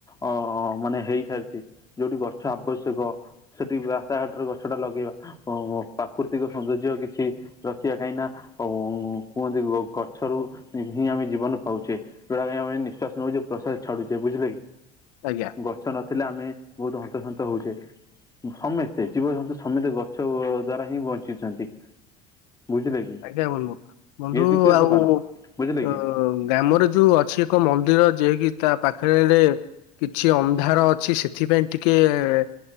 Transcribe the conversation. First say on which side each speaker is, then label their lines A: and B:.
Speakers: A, on the left; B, on the left.
A: ଅ ମାନେ ହେଇସାରିଛି ଯୋଉଠି ଗଛ ଆବଶ୍ୟକ ସେଠି ରାସ୍ତାଘାଟରେ ଗଛ ଟା ଲଗେଇବା ଅ ପ୍ରାକୃତିକ ସୌନ୍ଦର୍ଯ୍ୟ କିଛି ରଖିବା କାହିଁ ନା କୁହନ୍ତି ଗଛରୁ ହିଁ ଆମେ ଜୀବନ ପାଉଛେ ଯୋଉଟାକୁ ଆମେ ନିଶ୍ଵାସ ନେଉଛ ପ୍ରସ୍ଵସ ଛାଡୁଛେବୁଝିଲେ କି?
B: ଆଜ୍ଞା।
A: ଗଛ ନଥିଲେ ଆମେ ବହୁତ ହନ୍ତସନ୍ତ ହଉଛେ। ସମସ୍ତେ ଜୀବଜନ୍ତୁ ସମସ୍ତେ ଗଛ ଦ୍ଵାରା ହିଁ ବଞ୍ଚିଛନ୍ତି ବୁଝିଲେ କି।
B: ଆଜ୍ଞା ବନ୍ଧୁ ବନ୍ଧୁ
A: ଏ ଦ୍ଵିତୀୟ
B: ଆଉ
A: ସୋପାନ
B: ଅ।
A: ବୁଝିଲେ କି
B: ଗ୍ରାମରେ ଯୋଉ ଅଛି ଏକ ମନ୍ଦିର ଯିଏକି ତା ପାଖରେ କିଛି ଅନ୍ଧାର ଅଛି ସେଥିପାଇଁ ଟିକେ-